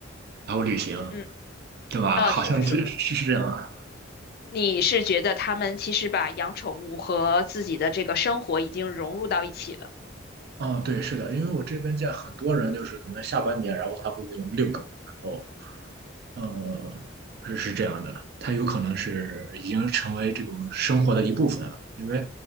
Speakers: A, on the right; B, on the left.
A: 然后旅行，
B: 嗯
A: 对吧？
B: 呃，
A: 好像是是是这样。
B: 就是说，
A: 啊。
B: 你是觉得他们其实把养宠物和自己的这个生活已经融入到一起了。
A: 哦，对，是的，因为我这边见很多人，就是可能下半年，然后他会就遛狗，然后呃，是是这样的，它有可能是已经成为这种生活的一部分了。因为